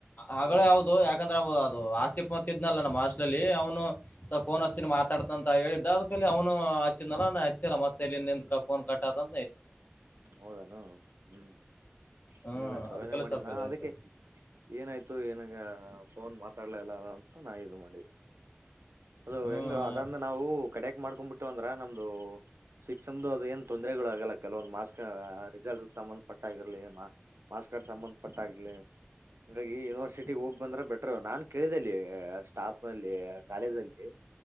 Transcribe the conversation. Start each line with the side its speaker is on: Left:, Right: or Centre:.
Left: ಹಗಳ
Right: ಹ್ಮ್
Left: ಯಾವದು ಯಾ ಯಾಕಂದ್ರಬಹದು ಅದು ಆಸಿಪ ಅಂತ ಇದ್ನಲ್ಲ ನಮ್ಮ್ಸ್ಟ್ಲ್ಲಿ ಅವನು ಸ್ಫೋನ್ ಹಸಿನ ಮಾತಾಡತ ಅಂತ ಹೇಳಿದ್ದ ಅದಕಲ್ಲಿ ಅವನು ಹಚ್ಚಿದನಲ್ಲ ಅತ್ತಲ್ಲ ಮತ್ತೆ ನಿ ಫೋನ್ ಕಟ್ಟದ
Right: ಹೌದಾನ ಹ್ಮ್
Left: ಹ್ಮ್
Right: ಇಲ್ಲಲ್ಲ ಚಲನೆೆ
Left: ಅದಕಲ್ಲಿ
Right: ಮಾಡಿದ್ದ
Left: ಸ್ವಲ್ಪ
Right: ನಾ
Left: ಇದಾಯ್ತದ
Right: ಅದಕ್ಕೆ ಏನಾಯ್ತು ಏನಾಗ ಫೋನ್ ಮಾತಾಡ್ಲ ಇಲ್ಲ ಅಂತ ನಾ ಇದು ಮಾಡಿದೆೆ ಅದು
Left: ಹ್ಮ್
Right: ಹೆಂಗು ಅದನ್ನು ನಾವು ಕಡ್ಯಾಕ್ ಮಾಡ್ಕೊಂಡ್ ಬಿಟ್ ಇ ಅಂದ್ರ ನಮ್ದು ಸಿಕ್ಸಸೆಮ್ ಅದು ಏನ್ ತೊಂದ್ರರೆಗಳು ಆಗಲ್ಲ ಕೆಲವೊಂದು ಮಾಸ್ಕ್ ರಿಸಲ್ಟ್ ಸಂಬಂಧ ಪಟ್ಟ ಆಗಿರ್ಲಿ ಮಾಸ್ಕ್ ಕ ಸಂಬಂಧ ಪಟ್ಟ ಆಗಿರ್ಲಿ ಹಾಗಾಗಿ ಯೂನಿವರ್ಸಿಟಿ ಹೋಗ್ ಬಂದ್ರೆ ಬೆಟರ್ ನಾನನ್ ಕೇಳಿದೆಲ್ಲಿ ಸ್ಟಾಫ್ ನಲ್ಲಿ ಕಾಲೇಜ್ನಲ್ಲಿ ಹೇ